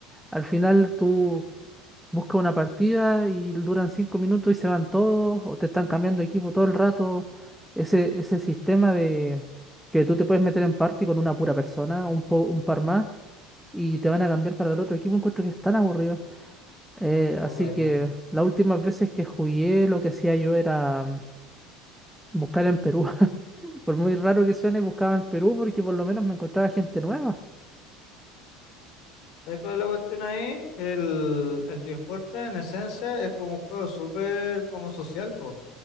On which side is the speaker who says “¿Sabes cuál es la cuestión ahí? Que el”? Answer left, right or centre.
Left